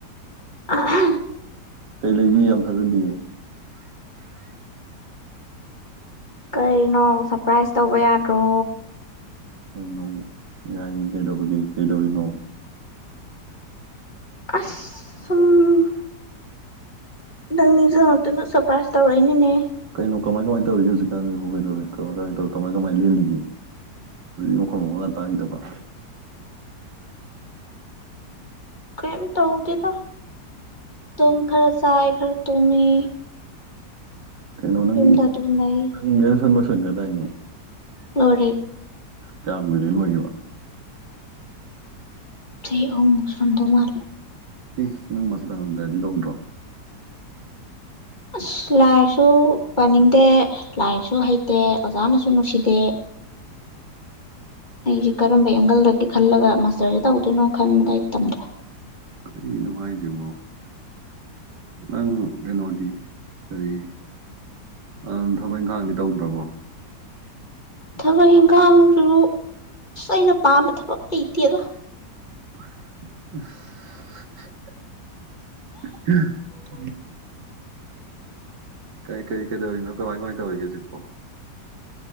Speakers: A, on the left; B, on the right.
A: <unintelligible>
B: ꯀꯩ ꯂꯩꯒ ꯌꯥꯝ ꯐꯖꯗꯦꯌꯦ
A: ꯀꯔꯤꯅꯣ ꯁꯔꯄ꯭ꯔꯥꯏꯁ ꯇꯧꯕ ꯌꯥꯗ꯭ꯔꯣ
B: ꯀꯩꯅꯣ ꯌꯥꯏꯌꯦ ꯀꯩꯗꯧꯔꯒꯦ ꯀꯩꯗꯧꯔꯤꯅꯣ
A: ꯑꯁ ꯁꯨꯝ ꯅꯪ ꯅꯤꯡꯁꯨ ꯉꯥꯛꯇꯅ ꯁꯔꯄ꯭ꯔꯥꯏꯁ ꯇꯧꯔꯛꯏꯅꯦꯅꯦ
B: ꯀꯩꯅꯣ ꯀꯃꯥꯏ ꯀꯃꯥꯏꯅ ꯇꯧꯔꯤꯒꯦ ꯍꯧꯖꯤꯛꯀꯥꯟꯗꯤ ꯍꯣꯏ ꯀꯩꯗꯧꯔꯦ ꯀꯥꯏ ꯀꯃꯥꯏ ꯇꯧꯔꯤ ꯀꯃꯥꯏ ꯀꯃꯥꯏ ꯂꯦꯜꯂꯤꯒꯦ ꯃꯈ ꯃꯉ ꯇꯗꯕ
A: ꯀꯦꯝ ꯇꯧꯗꯦꯗ ꯇꯨꯝ ꯈꯔ ꯆꯥꯏ ꯈꯔ ꯇꯨꯝꯃꯤ
B: ꯀꯩꯅꯣ ꯅꯪ
A: ꯌꯨꯝꯗ ꯑꯗꯨꯝ ꯂꯩ
B: ꯅꯪ ꯌꯦ ꯁꯟꯕ ꯁꯦꯡꯒꯔꯗꯥꯏꯅꯦ
A: ꯃꯣꯔꯦ
B: ꯀꯌꯥꯝ ꯀꯨꯏꯔꯦ ꯂꯣꯏꯕ
A: ꯆꯍꯤ ꯑꯍꯨꯝꯃꯨꯛ ꯁꯨꯔꯝꯗꯧ ꯃꯥꯜꯂꯦ
B: ꯑꯁ ꯅꯪ ꯃꯁꯇꯔ ꯅꯨꯡꯗꯔꯗꯤ ꯇꯧꯗꯔꯣ
A: ꯑꯁ ꯂꯥꯏꯔꯤꯁꯨ ꯄꯥꯅꯤꯡꯗꯦ ꯂꯥꯏꯔꯤꯛꯁꯨ ꯍꯩꯇꯦ ꯑꯣꯖꯥꯅꯁꯨ ꯅꯨꯡꯁꯤꯗꯦ ꯑꯩꯁꯦ ꯀꯔꯝꯕ ꯑꯦꯡꯒꯜꯗꯒꯤ ꯈꯜꯂꯒ ꯃꯥꯁꯇꯔꯁꯦ ꯇꯧꯗꯣꯏꯅꯣ ꯈꯟꯕꯗ ꯑꯩ ꯇꯝꯗ꯭ꯔꯦ
B: ꯀꯔꯤꯅꯣꯉꯥꯏꯁꯤꯕꯣ ꯅꯪ ꯀꯩꯅꯣꯗꯤ ꯀꯔꯤ ꯑꯪ ꯊꯕꯛ ꯏꯪꯈꯥꯡꯗꯤ ꯇꯧꯗ꯭ꯔꯕꯣ
A: ꯊꯕꯛ ꯏꯟꯈꯥꯡꯁꯨ ꯑꯁ ꯑꯩꯅ ꯄꯥꯝꯕ ꯊꯕꯛ ꯂꯩꯇꯦꯗꯣ
B: ꯏꯁ <unintelligible> ꯀꯩ ꯀꯔꯤ ꯀꯩꯗꯧꯔꯤꯅꯣ ꯀꯃꯥꯏ ꯀꯃꯥꯏ ꯇꯧꯔꯤꯒꯦ ꯍꯧꯖꯤꯛꯄꯣ